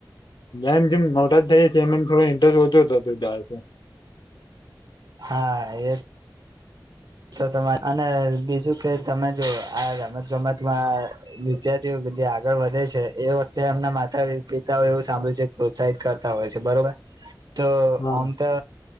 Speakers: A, on the left; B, on the right.
A: એમ જેમ ટા થઈ છીએ એમ એમ થોડો ઇન્ટરેસ્ટ ઓછો થતો જાય છે.
B: હા, એ તો તમાર અન બીજું કે તમે જો આ રમત-ગમતમાં વિદ્યાર્થીઓ જે આગળ વધે છે એ વખતે એમના માતાઓ -પિતાઓ એવું સાંભળ્યું છે, પ્રોત્સાહિત કરતા હોય છે બરોબર. તો
A: હા
B: આમ તો